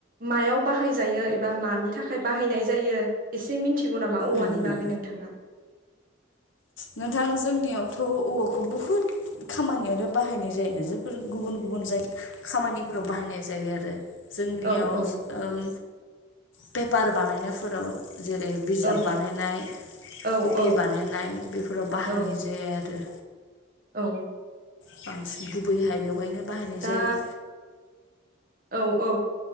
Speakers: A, on the right; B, on the left.
A: मायाव बाहायजायो एबा मानि थाखाय बाहायनाय जायो एसे मिनथिगौ नामा औवानि
B: उम उम।
A: बागै नोंथाङा?
B: नोंथां जोंनियावथ' औवाखौ बुहुद खामानियावनो बाहायनाय जायो जोफोर गुबुन गुबुन जायग खामानिफोराव बाहायनाय जायो आरो जोंनियाव
A: औ औ
B: सो ओम पेपार बानायनायफोराव जेरै बिजाब
A: औ
B: बानायनाय
A: औ
B: कपि
A: औ
B: बानायनाय बे फोराव बाहायनाय
A: औ
B: जेथ <inaudible>
A: औ
B: बांसिन गुबैहाय बेवहायनो बाहायनाय
A: दा
B: जायो।
A: औ औ